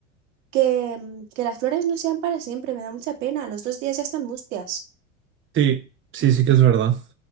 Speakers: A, on the right; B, on the right.
A: que, mm, que las flores no sean para siempre, me da mucha pena. A los dos días ya están mustias.
B: Sí, sí, sí que es verdad.